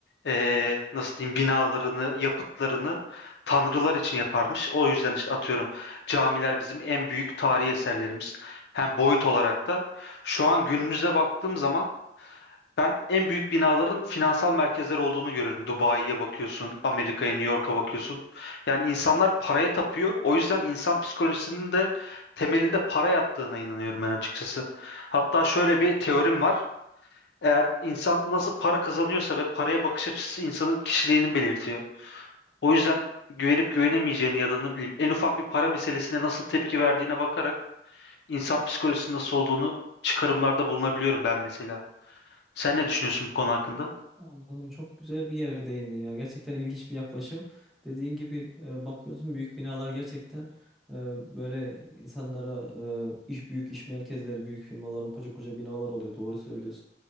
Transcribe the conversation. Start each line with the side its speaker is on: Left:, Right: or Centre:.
Left: eee, nasıl diyeyim binalarını, yapıtlarını tanrılar için yaparmış. O yüzden işte atıyorum camiler bizim en büyük tarihi eserlerimiz. Hem boyut olarak da. Şu an günümüze baktığım zaman ben en büyük binaların finansal merkezler olduğunu görüyorum. Dubai'ye bakıyorsun, Amerika'ya, New York'a bakıyorsun. Yani insanlar paraya tapıyor. O yüzden insan psikolojisinin de temelinde para yattığına inanıyorum ben açıkçası. Hatta şöyle bir teorim var. Eğer insan nasıl para kazanıyorsa ve paraya bakış açısı insanın kişiliğini belirtiyor. O yüzden güvenip güvenemeyeceğini ya da ne bileyim en ufak bir para meselesine nasıl tepki verdiğine bakarak insan psikolojisinin nasıl olduğunu çıkarımlarda bulunabiliyorum ben mesela. Sen ne düşünüyorsun bu konu hakkında?
Centre: Anladım. Çok güzel bir yere değindin ya. Gerçekten ilginç bir yaklaşım. Dediğin gibi e, bakıyorsun büyük binalar gerçekten e, böyle insanlara e, iş büyük iş merkezleri, büyük firmaların koca koca binalar oluyor. Doğru söylüyorsun.